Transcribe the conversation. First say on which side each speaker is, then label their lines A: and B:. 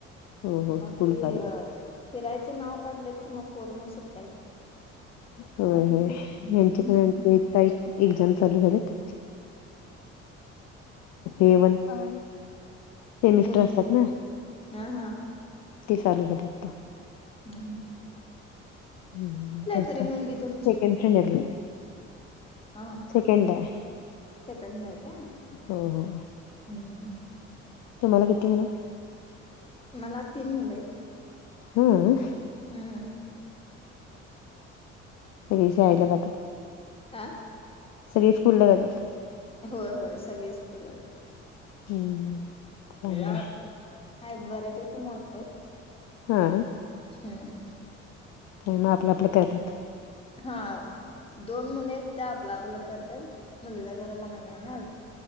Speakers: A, on the left (about 50°); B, on the left (about 15°).
A: हो हो स्कूल
B: ते
A: चालू झाली.
B: फिरायचं नाव काढलं कि मग, पोर मग सुटी
A: होय होय
B: हम्म
A: यांचे पण एक एकजण चालू झालेत. ए वन, ते सेमिस्टर
B: मुलगी
A: असतात ना
B: हा हा.
A: ती चालू झाल्यात.
B: हम्म <unintelligible>
A: हम् तेच
B: तरी
A: <unintelligible>
B: मुलगी तुमची?
A: सेकंड
B: हा
A: सेकंड हाय.
B: सेकंडला आहे काय?
A: हो हो.
B: हम्म हम्म.
A: तुम्हाला किती मुल?
B: मला तीन मुलं आहेत.
A: हम्म.
B: हम्म.
A: सगळी शाळेला जात्यात.
B: आ
A: सगळी स्कूल ला जातात.
B: होय होय सगळेच स्कूलला जातात.
A: हम्म. चांगलंय
B: आहेत बऱ्यापैकी मोठ्यायेत.
A: हा.
B: हम्म.
A: पुन्हा आपलं आपलं करतात.
B: हा दोन मुले आहेत त्या आपला आपल करतात मुलगा लहान आहे ना